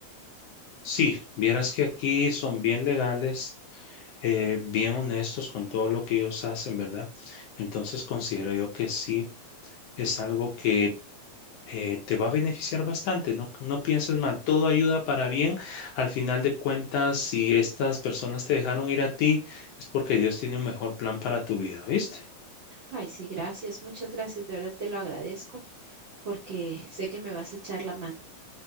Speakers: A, on the left; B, on the right.
A: Sí, vieras que aquí son bien legales, eh, bien honestos con todo lo que ellos hacen, ¿verdad? Entonces considero yo que sí es algo que eh, te va a beneficiar bastante, no, no pienses mal, todo ayuda para bien. Al final de cuentas, si estas personas te dejaron ir a ti, es porque Dios tiene un mejor plan para tu vida, ¿viste?
B: Ay, sí, gracias, muchas gracias, de verdad te lo agradezco, porque sé que me vas a echar la mano.